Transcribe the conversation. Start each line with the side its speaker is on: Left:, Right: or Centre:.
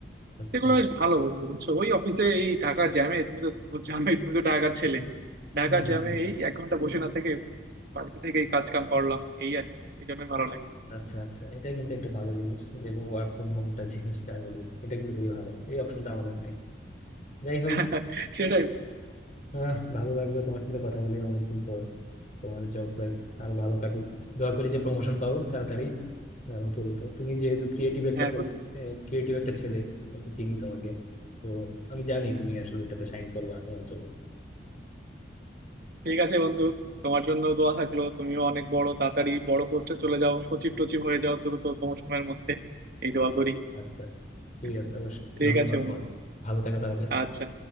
Left: আচ্ছা
Right: সেগুলো বেশ ভালো বন্ধু বুঝছো ওই অফিসে এই ঢাকার জ্যামে তুমি তো জানোই তুমি তো ঢাকার
Left: হুম
Right: ছেলে
Left: হুম
Right: ঢাকার
Left: হুম
Right: জ্যামে
Left: হুম হুম।
Right: এই এক ঘন্টা বসে না থেকে বাড়িতে থেকে এই কাজ কাম করলাম এই আর কি। এই জন্যই ভালো লাগে
Left: আচ্ছা আচ্ছা এটা কিন্তু একটা ভালো জিনিস যে ওয়ার্ক ফ্রম হোমটা জিনিসটা আসলে এটা কিন্তু খুবই ভালো এই অপশনটা আমাদের নাই যাই হোক
Right: <laughs> সেটাই
Left: আহ, ভালো লাগবে তোমার সাথে কথা বলে অনেকদিন পর তোমার জব লাইফ আরো ভালো কাটুক দোয়া করি যে প্রমোশন পাও তাড়াতাড়ি আর উপরে উঠো তুমি যেহেতু ক্রিয়েটিভ একটা
Right: হ্যাঁ বন্ধু
Left: ক্রিয়েটিভ একটা ছেলে আমি তো চিনি তোমাকে তো আমি জানি তুমি আসলে এটাতে সাইন করবা তোমার জন্য
Right: ঠিক আছে বন্ধু তোমার জন্য দোয়া থাকলো তুমিও অনেক বড় তাড়াতাড়ি বড় পোস্টে চলে যাও সচিব টচিব হয়ে যাও দ্রুত কম সময়ের মধ্যে এই দোয়া করি
Left: আচ্ছা ঠিক
Right: <laughs>
Left: আছে অবশ্যই
Right: ঠিক
Left: ধন্যবাদ
Right: আছে বন্ধু
Left: তোমাকে ভালো থাকো তাহলে
Right: আচ্ছা